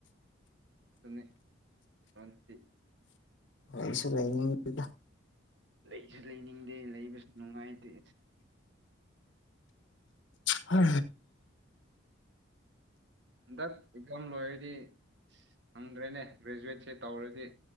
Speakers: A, on the right; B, on the left.
A: ꯎꯝ ꯑꯗꯨꯇꯤ
B: ꯀꯁ ꯀꯩꯅ
A: ꯂꯩꯁꯨ ꯂꯩꯅꯤꯡꯗꯦ ꯂꯩꯕꯁꯨ ꯅꯨꯡꯉꯥꯏꯇꯦ
B: ꯍ
A: ꯏꯗ ꯑꯦꯝ ꯂꯣꯏꯦꯗꯤ ꯍꯪꯗ꯭ꯔꯦꯅꯦ ꯒ꯭ꯔꯦꯖꯨꯌꯦꯠꯁꯦ ꯇꯧꯔꯗꯤ